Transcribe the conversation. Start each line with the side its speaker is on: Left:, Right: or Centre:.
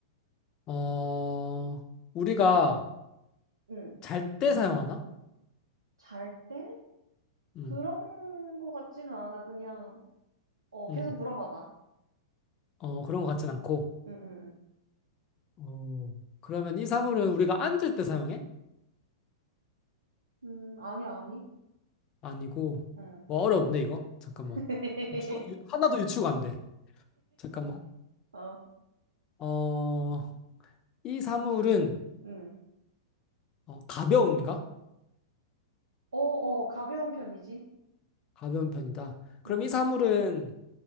Left: 어, 우리가
Right: 응.
Left: 잘 때 사용하나?
Right: 잘 때?
Left: 음,
Right: 그런 거 같지는 않아. 그냥, 어,
Left: 음,
Right: 계속 물어봐봐.
Left: 어, 그런 것 같진 않고.
Right: 응, 응,
Left: 어, 그러면 이 사물은 우리가 앉을 때 사용해?
Right: 응. 음, 아니, 아니.
Left: 아니고,
Right: 응.
Left: 와, 어렵네, 이거. 잠깐만.
Right: <laughs>
Left: 유추가, 유- 하나도 유추가 안 돼. 잠깐만.
Right: 어,
Left: 어, 이 사물은
Right: 응.
Left: 어, 가벼운가?
Right: 어, 어, 가벼운 편이지.
Left: 가벼운 편이다. 그럼
Right: 응.
Left: 이 사물은